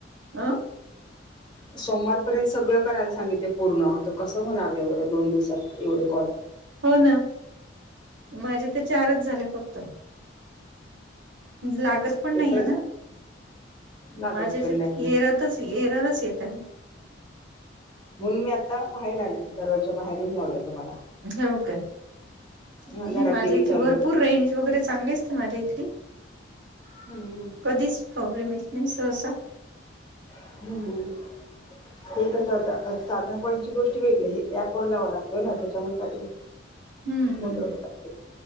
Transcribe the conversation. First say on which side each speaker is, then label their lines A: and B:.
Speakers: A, on the right; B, on the left.
A: आम
B: सोमवारपर्यंत सगळं करायला सांगितलं पूर्ण तर कसं होणार एवढ्या दोन दिवसात एवढे कॉल
A: हो ना माझे तर चारच झाले फक्त लागत पण नाहीे
B: एकतर
A: ना
B: लागत
A: माझ्या
B: पण नाही
A: येरात च येरारच येत आहे
B: म्हणून मी आता बाहेर आले दरवाजच्या बाहेर येऊन लावलं तुम्हाला
A: हो काय नाही
B: हा घरात
A: माझे
B: टी व्ही
A: इथे
B: चालू
A: भरपूर रेंज वगैरे चांगलेच माझ्या इथली
B: हम्म
A: कधीच प्रॉब्लेम येत नाही सहसा
B: हम्म हम हे कसं आता साधा कोणची गोष्टी वेगळी हे ऍप वर लावां लागतोय ना त्याच्यामुळे काहीतरी
A: हम्म
B: मज
A: हम्म
B: होता